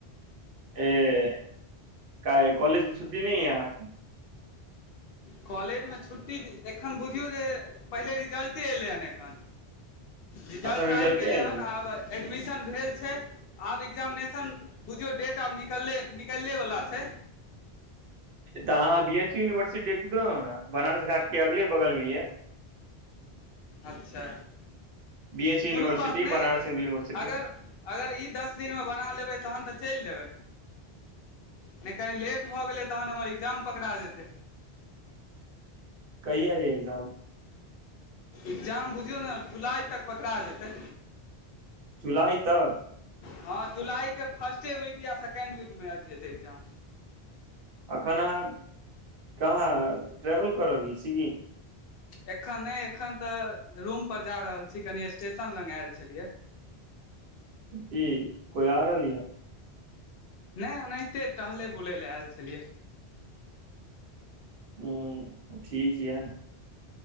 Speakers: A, on the right; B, on the left.
A: एहि कॉलेजमे छुट्टी नहि अछि?
B: कॉलेजमे एखन छुट्टी अछि। बुझियौ जे पहिले रिजल्टे एलै हन, एखन रिजल्ट
A: अखन रिजल्टे
B: आबि गेलै
A: एले
B: हन,
A: ने
B: आब एडमिशन छै आब एडमिशन बुझिय डेट आब निकलले वला छै
A: तऽ अहाँ बी एच यूनिवर्सिटीमे बनारस घाटक अगल-बगलमे सेहो अछि।
B: अच्छा
A: एच यूनिवर्सिटी
B: कोनो बात नहि
A: बनारस हिन्दू यूनिवर्सिटी
B: अगर अगर ई दस दिनमे बना लेबै तहन तऽ चलि देबै नहि कनि लेट भऽ गेलै त तखन हमर एग्जाम पकड़ा जाएत।
A: काहिया एग्जाम
B: एग्जाम बुझियौ ने जुलाई तक पकड़ा जेतै
A: जुलाई तक
B: हँ जुलाइके फर्स्टे वीक या सेकेण्ड वीकमे आबि जेतै एग्जाम
A: कखन अह कहाँ ट्रेवल कर रहली सिगी
B: एखन नहि एखन तऽ रूम पर जा रहल छी कनि स्टेशन लग आयल छलियै
A: की कोई आ रहल नी ह
B: नहि ओनाहिते टहले बुलय लए आयल छलियै
A: हँ ठीक यए